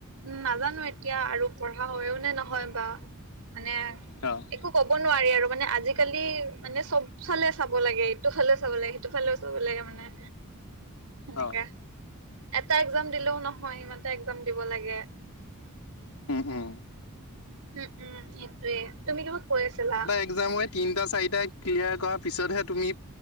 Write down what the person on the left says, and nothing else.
অ'
অ
উম উম
যে মই তিনটা চাৰিটা ক্লিয়াৰ কৰাৰ পিছতহে তুমি